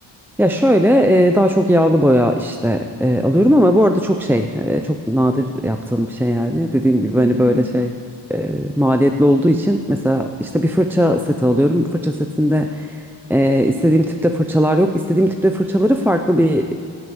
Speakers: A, in the centre; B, on the right.
A: Ya şöyle e, daha çok yağlı boya işte e, alıyorum
B: Hı hı.
A: ama bu arada çok şey e, çok nadir yaptığım bir şey yani dediğim gibi
B: Hı
A: hani
B: hı.
A: böyle şey e, maliyetli olduğu için mesela işte bir fırça seti alıyorum fırça setinde e, istediğim tipte fırçalar yok istediğim tipte fırçaları farklı bir